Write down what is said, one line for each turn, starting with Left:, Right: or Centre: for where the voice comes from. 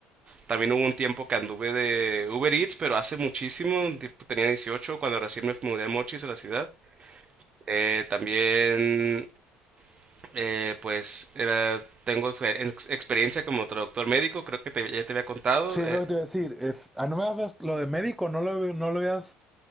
Right: también hubo un tiempo que anduve de Uber Eats, pero hace muchísimo, tipo, tenía 18 cuando recién me mudé a Mochis, a la ciudad. Eh, también, eh, pues, era, tengo fe- ex- experiencia como traductor médico, creo que te- ya te había contado.
Centre: Sí,
Right: eh,
Centre: lo que te iba a decir es, ah, no me has- lo de médico, no lo, no lo habías